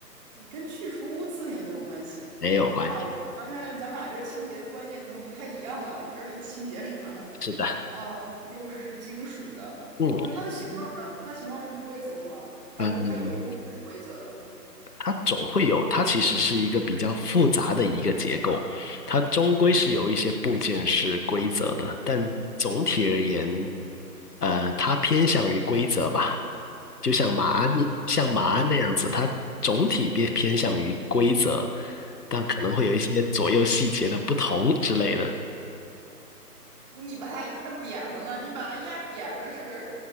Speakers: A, on the right; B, on the left.
A: 跟去除污渍也没有关系。
B: 没有关系。
A: 哇，我觉得咱们咱们俩这个清洁的观念可能不太一样啊。你这还清洁啥呢？
B: 是的，
A: 哦，又是是金属的，
B: 嗯
A: 那它的形状呢？它的形状是不规则的吗？还是说它有一部分是规则的？
B: 嗯，它总会有，它其实是一个比较复杂的一个结构，它终归是有一些部件是规则的，但总体而言，呃，它偏向于规则吧，就像马鞍像马鞍那样子，
A: 它不是没规则。
B: 它总体偏偏向于规则，但可能会有一些左右细节的不同之类的。
A: 你把它压扁了呢？你把它压扁了是